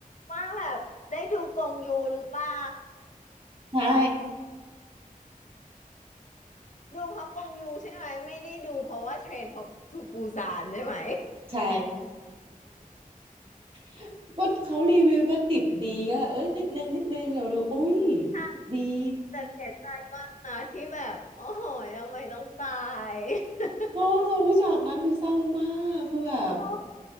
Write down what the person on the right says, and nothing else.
ใช่
<laughs> ใช่ <laughs> ก็เขารีวิวก็ดิบดีก็เอ้ยนิดนึงนิดนึงเราอุ้ย
ดี
เนอะเราผู้จากนั้นคือเศร้ามากคือแบบ